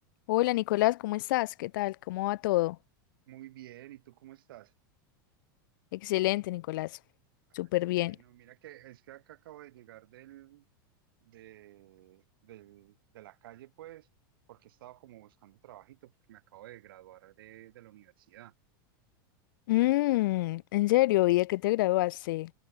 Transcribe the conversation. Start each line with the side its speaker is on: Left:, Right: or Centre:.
Left: Hola Nicolás, ¿cómo estás? ¿Qué tal? ¿Cómo va todo?
Right: Muy bien, ¿y tú cómo estás?
Left: Excelente, Nicolás.
Right: Ah,
Left: Súper
Right: qué
Left: bien.
Right: bueno, mira que es que acá acabo de llegar del, de, del- de la calle, pues, porque estaba como buscando trabajito, porque me acabo de graduar de, de la universidad.
Left: Mm, ¿en serio? ¿Y de qué te graduaste?